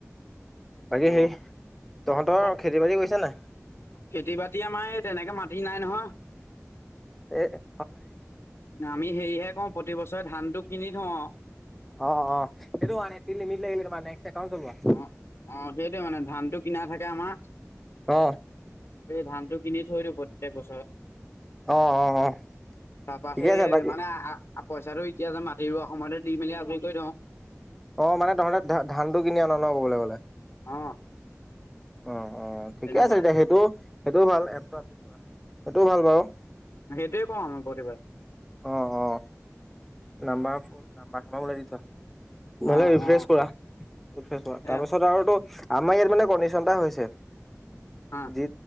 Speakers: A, in the centre; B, on the left.
A: বাকী
B: অ
A: সেই তহঁতৰ
B: অ।
A: খেতি বাতি কৰিছে নাই
B: খেতি -বাতি আমাৰ এই তেনেকে মাটি নাই নহয়।
A: এ <unintelligible>
B: আমি হেৰিহে কওঁ প্ৰতিবছৰে ধানটো কিনি থওঁ।
A: অ অ সেইটো মানে <unintelligible> একাউণ্ট চলোৱা।
B: অ অ সেইটোৱে মানে ধানটো কিনা থাকে আমাৰ,
A: অ
B: সেই ধানটো কিনি থৈ দিওঁ প্ৰত্যেক বছৰত
A: অ অ অ
B: তাৰ পৰা
A: ঠিকে
B: সেই
A: আছে বাকী
B: মানে <unintelligible> পইচাটো এতিয়া যে মাটি ৰোৱা সময়তে দি মেলি আজৰি কৈ থওঁ।
A: অ মানে তহঁতে ধ ধানটো কিনি আন ন কবলৈ গলে <unintelligible>
B: অ।
A: অ অ ঠিকে
B: তেনেকুৱা
A: আছে
B: অ'।
A: তেতিয়া সেইটো সেইটো ভাল এপ কৰা সেইটো ভাল বাৰু।
B: সেইটোয়ে কওঁ আমাৰ প্ৰতিবাৰে <unintelligible>
A: অ অ নাম্বাৰ ফোন নাম্বাৰ চাৰ ওলাই দি থোৱা। নহলে
B: অ',
A: ৰিফ্ৰেছ
B: অ',
A: কৰা সেইটো তাৰপিছত
B: এ
A: আৰু আমাৰ ইয়াত মানে কণ্ডিচন এটা হৈছে <unintelligible>
B: অ',
A: যি